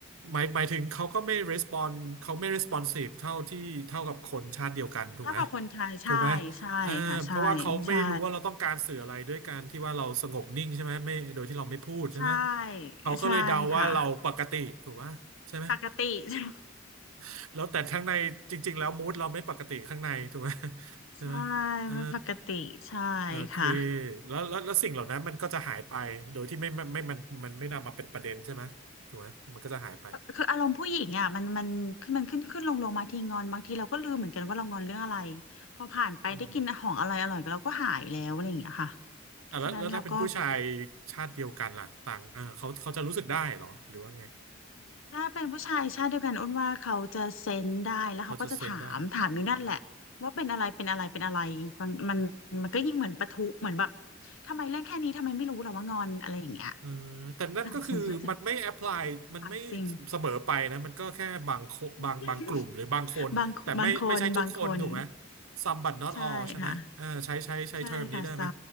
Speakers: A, on the right; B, on the left.
A: หมายหมายถึงเขาก็ไม่ respond เขาไม่ responsive เท่าที่เท่ากับคนชาติเดียวกันถูกไหม
B: <laughs> ถ้ากับคนไทยใช่ใช่ค่ะใช่ใช่
A: ถูกไหมเออเพราะว่าเขาไม่รู้ว่าเราต้องการสื่ออะไรด้วยการที่ว่าเราสงบนิ่งใช่ไหมไม่โดยที่เราไม่พูดใช่ไหม
B: ใช่
A: เขาก็เลยเดาว่าเราปกติถูกไหมใช่ไหม
B: ใช่ค่ะปกติ <laughs> ใช่
A: <laughs> แล้วแต่ข้างในจริงๆแล้วมูดเราไม่ปกติข้างในถูกไหมใช่ไหมเออ
B: ใช่ไม่ปกติใช่
A: โอเค
B: ค่ะ
A: แล้วแล้วแล้วสิ่งเหล่านั้นมันก็จะหายไปโดยที่ไม่ไม่ไม่มันมันไม่นำมาเป็นประเด็นใช่ไหมถูกไหมมันก็จะหายไป
B: คืออารมณ์ผู้หญิงอ่ะมันมันขึ้นมันขึ้นขึ้นลงลงมาทีงอนบางทีเราก็ลืมเหมือนกันว่าเรางอนเรื่องอะไรพอผ่านไปได้กินของอร่อยอร่อยเราก็หายแล้วอะไรอย่างเงี้ยค่ะ
A: อืมอ่ะแล้วแล้วถ้าเป็นผู้ชาย
B: ฉะนั้นเราก็
A: ชาติเดียวกันล่ะต่างเออเขาเขาจะรู้สึกได้เหรอหรือว่าไง
B: ถ้าเป็นผู้ชายชาติเดียวกันอ้นว่าเขาจะเซนส์ได้แล้วเขาก็จะถามถามอยู่นั่นแหละว่าเป็นอะไรเป็นอะไรเป็นอะไรมันมันมันก็ยิ่งเหมือนปะทุเหมือนแบบ
A: เขาจะเซนได้
B: ทำไมเล่นแค่นี้ทำไมไม่รู้เหรอว่างอนอะไรอย่างเงี้ย
A: เออแต่นั่นก็คือมันไม่แอพพลายมันไม่
B: อ่ะฉันก็จะตัดสิ่ง
A: เสมอไปนะมันก็แค่บางโคบางบางกลุ่มหรือบางคนแต่ไม่ไม่ใช่ทุกคนถูกไหม
B: <laughs> บางบางคนบางคน
A: Some but not
B: ใช่ค่ะ
A: all ใช่ไหมเออใช้ใช้ใช้เทอมนี้ได้ไหม
B: ใช่ค่ะซ้